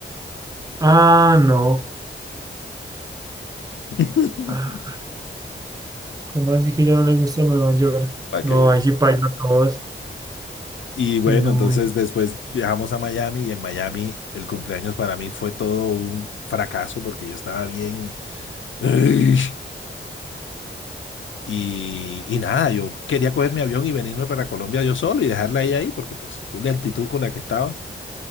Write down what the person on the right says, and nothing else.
Ah, no.
Ah, ¿cómo así que ya no le gusta Nueva York?
No,
ahí sí paila a todos,
pero
bueno.